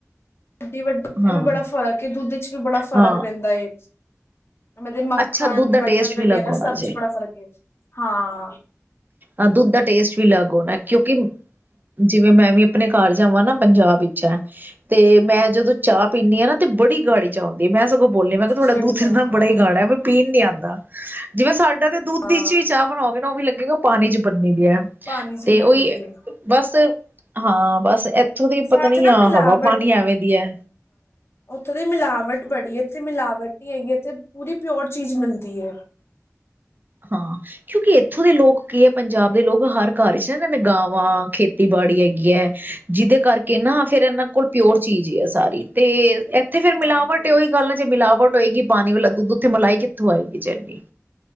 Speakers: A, on the left (about 50°); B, on the right (about 35°).
A: ਵੱਡੀ ਵੱਡੀ
B: ਹਾਂ
A: ਐਵੀ ਬੜਾ ਫ਼ਰਕ ਏ, ਦੁੱਧ ਚ ਵੀ ਬੜਾ ਫ਼ਰਕ
B: ਹਾਂ
A: ਰੈੰਦਾ ਏ। ਮਦੇ ਮੱਖਣ,
B: ਅੱਛਾ ਦੁੱਧ ਦਾ
A: ਬਟਰ
B: ਟੇਸਟ ਵੀ
A: ਵਗੈਰਾ
B: ਅਲੱਗ ਹੋਣਾ
A: ਸਭ ਚ ਬੜਾ ਫ਼ਰਕ ਏ। ਹਾਂ।
B: ਆ ਦੁੱਧ ਦਾ ਟੇਸਟ ਵੀ ਅਲੱਗ ਹੋਣੈ, ਕਿਉਂਕਿ ਜਿਵੇਂ ਮੈਂ ਵੀ ਅ ਅਪਣੇ ਘਰ ਜਾਵਾਂ ਨਾ ਪੰਜਾਬ ਵਿੱਚ ਐ, ਤੇ ਮੈਂ ਜਦੋਂ ਚਾਹ ਪੀਂਣੀ ਆਂ ਨਾ ਤੇ ਬੜੀ ਗਾੜੀ ਚਾਹ ਹੁੰਦੀ ਏ। ਗੋ ਬੋਲਣੀਆ ਮੈਂ ਕਿਆ ਥੋਡਾ
A: ਕੜੀ
B: ਦੂਧ
A: ਚਾਹ
B: ਏਨਾ
A: ਹਾਂ
B: ਬੜਾ ਈ ਗਾੜੈ ਬਵੀ ਪੀਣ ਨੀ ਆ ਦਾ, ਜਿਵੇਂ ਸਾਡੇ ਦੈਦੇ, ਦੱਧ
A: ਹਾਂ
B: ਇਚ ਈ ਚਾਹ ਬਣਾਓਗੇ ਨਾ ਔਵੀ ਲਗ ਕਿਓਂਕ ਔ ਪਾਣੀ ਚ ਬੰਨੇ ਯੈ
A: ਪਾਣੀ ਚ
B: ਤੇ
A: ਬਣਾਈ
B: ਓਹੀ
A: ਹੁੰਦੀ ਏ
B: ਬਸ ਹਾਂ ਬਸ ਔਦੀ ਵੀ ਪਤਾ
A: ਸਾਥ
B: ਨੀ
A: ਨਾ
B: ਆ
A: ਮਿਲਾਵਟ
B: ਹਵਾ ਪਾਣੀ ਐਵੇਂ ਦੀ ਐ।
A: ਉੱਥੋਂ ਦੀ ਮਿਲਾਵਟ ਬੜੀ ਐ, ਉੱਥੇ ਮਿਲਾਵਟ ਨੀ ਹੈਗੀ ਐਥੇ ਪੂਰੀ ਪਿਓਰ ਚੀਜ਼ ਮਿਲਦੀ ਏ।
B: ਹਾਂ। ਕਿਉਂਕਿ ਇੱਥੋਂ ਦੇ ਲੋਕ ਕੀ ਹੈ ਪੰਜਾਬ ਦੇ ਲੋਕ ਹਰ ਘਰ ਚ ਨਾ ਇਹਨਾਂ ਨੇ ਗਾਵਾਂ, ਖੇਤੀਬਾੜੀ ਹੈਗੀ ਹੈ। ਜਿਹਦੇ ਕਰਕੇ ਨਾ। ਫਿਰ ਇਹਨਾਂ ਕੋਲ ਪਿਓਰ ਚੀਜ਼ ਹੀ ਹੈ। ਸਾਰੀ ਤੇ ਇੱਥੇ ਫੇਰ
A: ਹਾਂ
B: ਮਿਲਾਵਟ
A: ਪਿਓਰ
B: ਉਹੀ
A: ਚੀਜ਼
B: ਗੱਲ
A: ਹੈ।
B: ਨਾ ਜੇ ਮਿਲਾਵਟ ਹੋਏਗੀ ਪਾਣੀ ਵਾਲਾ ਦੁੱਧ ਉੱਥੇ ਮਲਾਈ ਕਿੱਥੋਂ ਆਏਗੀ? ਇਹ ਜਰਨੀ।